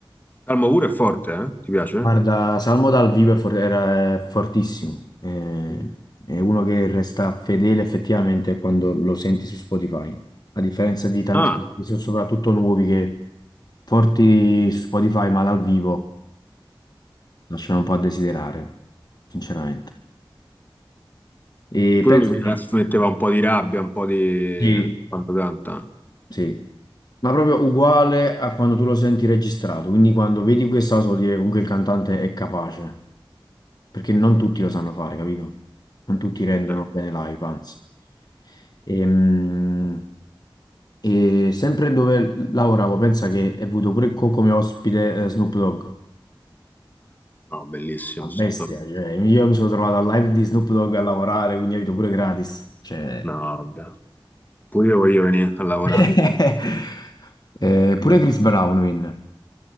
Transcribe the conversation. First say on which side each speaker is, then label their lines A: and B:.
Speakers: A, on the left; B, on the left.
A: Calmo pure è forte, eh? Ti piace?
B: Guarda, Salmo dal vivo è for- era è fortissimo. Eh,
A: Mm.
B: È, uno che resta fedele effettivamente quando lo senti su Spotify. A differenza di tanti
A: Ah,
B: artisti, soprattutto nuovi, che forti su Spotify, ma dal vivo lasciano un po' a desiderare, sinceramente. E
A: pure
B: penso
A: lui mi trasmetteva
B: che
A: un po' di rabbia, un po' di... eh,
B: sì,
A: Quanto canta?
B: sì. Ma proprio uguale a quando tu lo senti registrato, quindi quando vedi questa cosa vuol dire che comunque il cantante è capace, perché non tutti lo sanno fare, capito? Non tutti rendono
A: Eh,
B: bene live, anzi. Ehm, E, sempre dove lavoravo, pensa che ho avuto pure co- come ospite eh, Snoop Dogg,
A: No, bellissimo.
B: una
A: sto-
B: bestia, cioè io mi sono trovato al live di Snoop Dogg a lavorare, quindi ho avuto pure gratis, cioè...
A: No, vabbè. Pure io voglio venire a lavorare.
B: <laughs> Eh, pure Chris Brown venne.